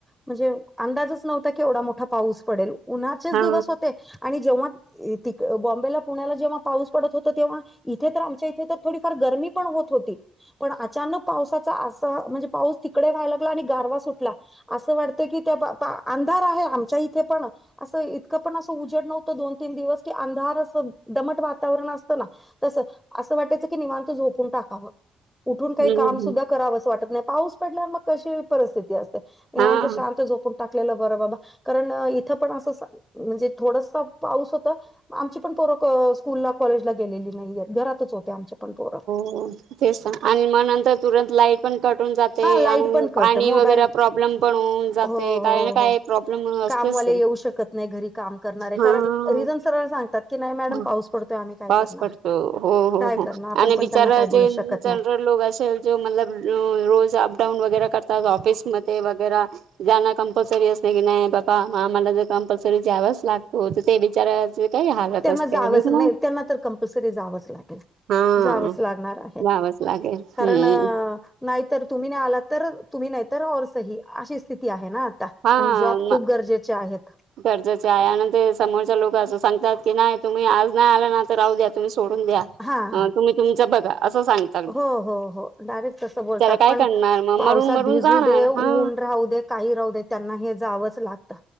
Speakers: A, in the centre; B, on the right.
A: म्हणजे अंदाजच नव्हता की एवढा मोठा पाऊस पडेल. उन्हाचेच
B: हा
A: दिवस होते आणि जेव्हा ती बॉम्बेला. पुण्याला जेव्हा पाऊस पडत होत तेव्हा इथे तर आमच्या इथे तर थोडीफार गर्मी पण होत होती. पण अचानक. पावसाचा अस म्हणजे पाऊस तिकडे व्हायला लागला आणि गारवा सुटला असं वाटतं की त्या पा त्या. अंधार आहे आमच्या इथे पण. असं इतकं पण असं उजेड नव्हतं दोन तीन दिवस की अंधार असं दमट वातावरण असतं ना. तसं असं वाटायचं की निवांत झोपून टाकावं. उठून काही
B: हम्म
A: काम
B: हम्म
A: सुद्धा करावं असं वाटत नाही पाऊस पडल्यावर मग कशी परिस्थिती असते. निवत
B: हा
A: शांत झोपून. उठलेलं बर बाबा कारण इथं पण असं म्हणजे थोडसा पाऊस होता. आमची पण पोरक स्कूलला कॉलेजला गेलेली नाहीय घरातच होते आमच्या पण पोरक.
B: हो तेच आणि मगंतर तुरंत लाईट. पण कटून जाते
A: हा लाईट
B: आणि
A: पण कट
B: पाणी
A: मोबाईल
B: वगैरे प्रॉब्लेम पण होऊन. जाते
A: हो
B: काही ना काही
A: हो
B: प्रॉब्लेम असतेच
A: कामवाले येऊ शकत नाही घरी काम करणारे
B: हा
A: कारण रिजन. सरळ सगतात की नाही मॅम
B: हा
A: पाऊस पडतो आम्ही काय.
B: पाऊस
A: करणार
B: पडतो हो
A: काय
B: हो
A: करणार आपण
B: आणि
A: पण
B: बिचारा
A: त्यांना काय
B: जे
A: बोलू शकत
B: जनरल.
A: नाही
B: लोक असेल जो मल रोज अप डाऊन वगैरे करतात ऑफिसमध्ये वगैरे. जाणं कंपल्सरी असल की नाही बाबा आम्हाला जर कंपल्सरी जा्यावच लागतो तर ते बिचाराचे. काही हालत
A: त्यांना
B: असते
A: जावच
B: हे की
A: नाही त्यांना तर कंपल्सरी जावंच लागेल.
B: हा
A: जावंच लागणार आहे
B: जावंच लागेल
A: कारण.
B: हम्म
A: नाहीतर तुम्ही नाही आला तर तुम्ही नाहीतर और सही अशी स्थिती आहे ना आता.
B: हा
A: आणि जॉब
B: म.
A: खूप गरजेचे आहेत
B: गरजेचे आहे आणि नंतर समोरच्या लोक असं सांगतात की नाही तुम्ही आज नाही आला ना तर राहू द्या तुम्ही सोडून द्या.
A: हा हा
B: तुम्ही तुमचं बघा असं सांगता.
A: हो हो हो डायरेक्ट तसं बोलतात
B: काय
A: पण
B: करणार मग
A: पावसात
B: मरून मरून
A: भिजू
B: जाणार
A: दे ऊन
B: हा
A: राहू दे. काही राह दे त्यांना हे जावंच लागत.